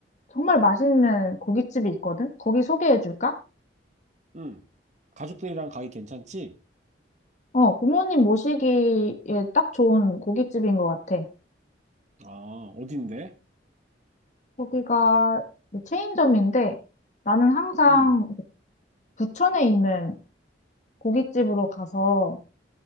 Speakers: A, on the left; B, on the right.
A: 정말 맛있는 고깃집이 있거든? 거기 소개해 줄까?
B: 응. 가족들이랑 가기 괜찮지?
A: 어, 부모님 모시기에 딱 좋은 고깃집인 것 같아.
B: 아, 어딘데?
A: 거기가 체인점인데, 나는 항상
B: 응,
A: 부천에 있는 고깃집으로 가서,